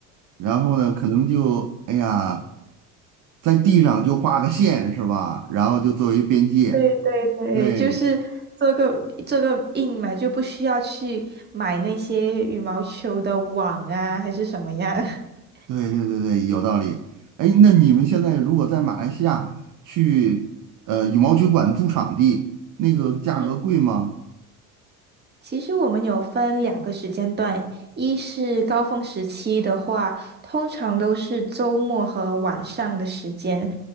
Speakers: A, on the right; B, on the right.
A: 然后呢，可能就哎呀，在地上就画个线是吧？然后就作为边界。
B: 对对对，
A: 对
B: 就是做个做个印嘛，就不需要去买那些羽毛球的网啊，还是什么样。<laughs>
A: 对对对对，有道理。哎，那你们现在如果在马来西亚去呃羽毛球馆租场地，那个价格贵吗？
B: 嗯，其实我们有分两个时间段，一是高峰时期的话，通常都是周末和晚上的时间，